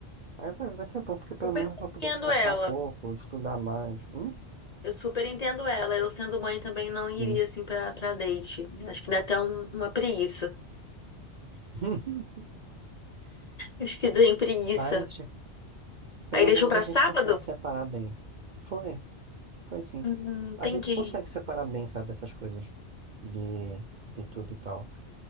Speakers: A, on the right; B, on the left.
A: Aí vai, vai ser bom, porque pelo
B: Super
A: menos eu
B: compreendo
A: vou poder descansar
B: ela.
A: um pouco, estudar mais. Hum?
B: Eu super entendo ela. Eu sendo mãe também não
A: Sim.
B: iria assim pra para date. Acho que dá até um- uma preguiça.
A: <laughs>
B: Acho que deu preguiça.
A: Mas Pelo
B: Aí deixou
A: menos
B: pra
A: a gente
B: sábado?
A: consegue separar bem. Foi, foi sim.
B: Hum, entendi.
A: A gente consegue separar bem, sabe, essas coisas de, de tudo e tal.